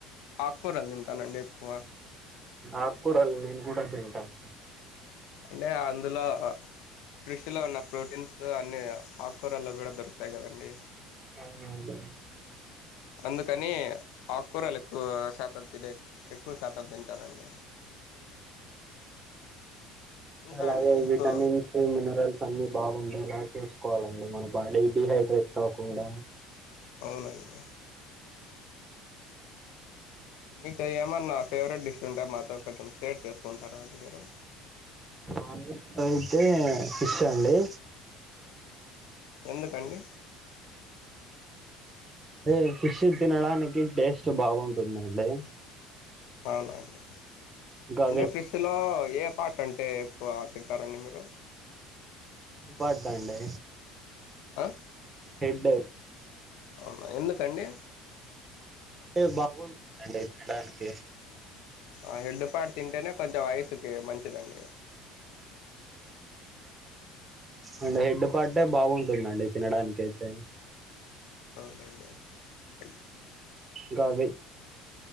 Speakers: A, on the left; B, on the right.
A: ఆకుకూరలు తింటానండి ఎక్కువ
B: ఆకుకూరలు నేను కూడా తింటాను
A: అంటే అందులో ఫిష్ లో ఉన్న ప్రోటీన్స్ అన్ని ఆకుకూరల్లో కూడా దొరుకుతాయి కదండి
B: అవునండి
A: అందుకని ఆకూరలు ఎక్కువ శాతం తినే ఎక్కువ శాతం తింటానండి ఇంకా
B: అలాగే
A: అండి మీకు
B: విటమిన్స్ మినరల్స్ అన్ని బాగుండే లా చూస్ వాలండి మన బాడీ డిహైడ్రేట్ కాకుండా
A: అవునండి మీకు ఏమన్నా ఫేవరెట్ డిష్ ఉంటే మాతో కొంచెం షేర్ చేసుకుంటారా అండి మీరు
B: ఆమకైతే ఫిష్ అండి
A: ఎందుకండి
B: ఏ ఫిష్ తినడానికి టేస్ట్ బాగుంటుందండి
A: అవునవును
B: ఇంకా
A: అంటే
B: వెజ్
A: ఫిష్ లో ఏ పార్ట్ అంటే క్కువ తింటారండి మీరు
B: పాడుతా అండి
A: ఆ
B: హెడ్
A: అవునా ఎందుకండి
B: టే బాగుంటదండి తినడానికి
A: అ హెన్డ్డుపాటు తింటేనే కొంచెం వయసుకి మంచిదండి
B: అంటే హెడ్ పార్టే బాగుంటుందండి తినడనికైతే
A: అవునండి అం-
B: కాబ